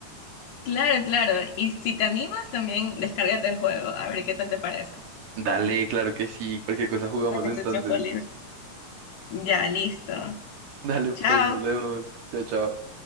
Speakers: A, on the left; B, on the right.
A: Claro, claro, y si te animas también descárgate el juego, a ver qué tal te parece.
B: Dale, claro que sí. Cualquier cosa jugamos
A: Entonces,
B: entonces.
A: en tu tiempo libre. Ya, listo.
B: <laughs> Dale,
A: Chao.
B: pues, nos vemos. Chao, chao.